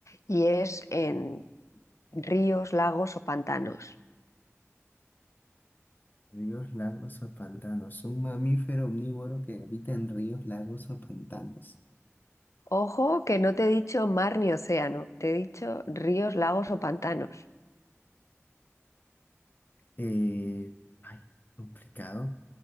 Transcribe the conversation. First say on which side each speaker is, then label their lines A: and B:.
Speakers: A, on the left; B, on the left.
A: y es en ríos, lagos o pantanos.
B: Ríos, lagos o pantanos. Un mamífero omnívoro que habita en ríos, lagos o pantanos.
A: Ojo que no te he dicho mar ni océano, te he dicho ríos, lagos o pantanos.
B: Eh, ay, complicado.